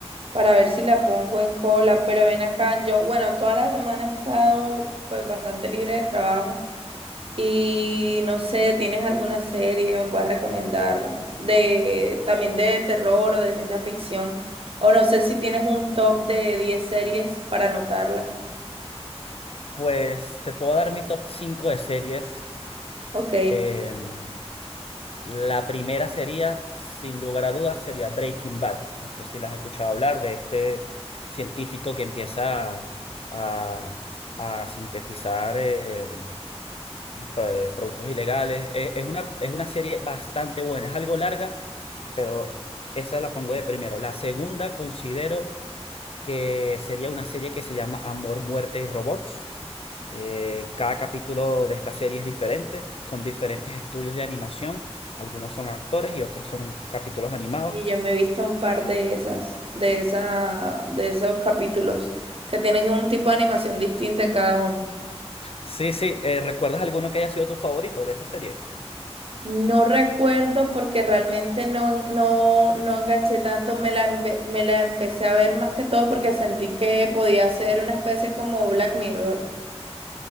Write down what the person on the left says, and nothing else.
Pues te puedo dar mi top 5 de series.
Em, la primera sería, sin lugar a dudas, sería Breaking Bad. No sé si las has escuchado hablar de este científico que empieza a, a- a sintetizar em, pe- productos ilegales. E- Es, una, es una serie bastante buena, es algo larga, pero esa la pongo de primero. La segunda considero que sería una serie que se llama Amor, Muerte y Robots. Eh, cada capítulo de esta serie es diferente, con diferentes estudios de animación. Algunos son actores y otros son capítulos animados.
Sí, sí, eh, ¿recuerdas alguno que haya sido tu favorito de esa serie?